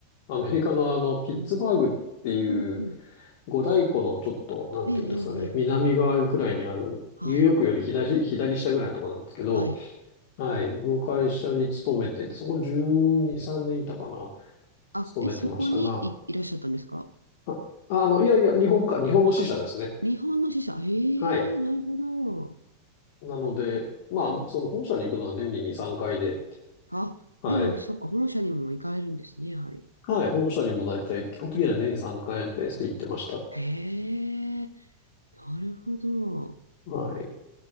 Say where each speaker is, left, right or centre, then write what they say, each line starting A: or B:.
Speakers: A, on the left (about 50°); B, on the left (about 85°).
A: アメリカのあの、ピッツバーグっていう
B: うん。うん、うん。
A: 五大湖のちょっと、なんていうんですかね、
B: ええええええ
A: 南側ぐらいにある、
B: はい、
A: ニューヨークより左、左下ぐらいのところなんですけど、
B: はい。
A: はい。の会社に勤めてて、そこ12、3年いたかな。
B: あ、
A: 勤めてましたが、
B: え、そこにい、いらっしゃったんですか
A: あ、あの、いやいや、日本か、日本の支社ですね。
B: あ、日本の支社。ええなるほど。
A: はい。なので、まあ、その本社に行くのは年に2、3回で、
B: あ、
A: はい。
B: でも、そっか、本社にも行かれるんですね、やはり。
A: はい。本社にも大体、基本的には年に3回のペースで行ってました。
B: へえ、なるほど。
A: はい。